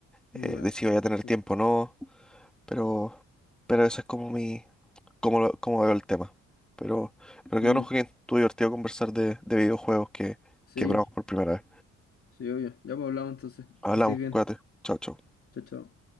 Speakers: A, in the centre; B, on the left.
A: eh,
B: Mm, Me-
A: de si voy a tener
B: eso.
A: tiempo o no. Pero, pero eso es como mi, como, lo- como veo el tema. Pero, pero que
B: Mm,
A: bueno, Joaquín, estuvo divertido conversar de, de videojuegos que,
B: sí,
A: que probamos por primera vez.
B: sí, obvio. Ya pues hablamos entonces.
A: Hablamos,
B: Que estés bien.
A: cuídate. Chao, chao.
B: Chao, chao.